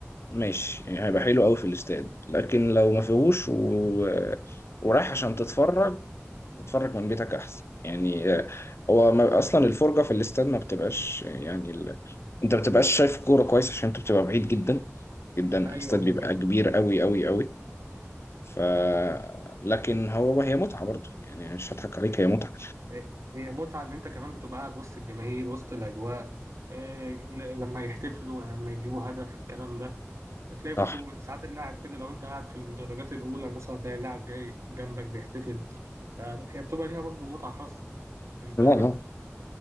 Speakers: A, on the left; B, on the right.
A: ماشي يعني هيبقى حلو قوي في الاستاد لكن لو ما فيهوش و... ورايح عشان تتفرج تتفرج من بيتك احسن يعني آه، هو ما اصلا الفرجه في الاستاد ما بتبقاش يعني ال... انت ما بتبقاش شايف كوره كويس عشان انت بتبقى بعيد جدا جدا
B: ايوه
A: الاستاد بيبقى
B: ماما
A: كبير قوي قوي قوي ف لكن هو هي متعه برضه يعني مش هضحك عليك هي متعه
B: هي هي متعه ان انت كمان بتبقى قاعد وسط الجماهير وسط الاجواء إيه ل- لما يحتفلوا لما يجيبوا هدف الكلام ده تلاقي برضو
A: صح
B: ساعات اللاعب كده لو انت قاعد في المدرجات الاولى مثلا تلاقي اللاعب جاي جنبك بيحتفل فهي بتبقى ليها برضو متعه خاصه انت
A: لا لا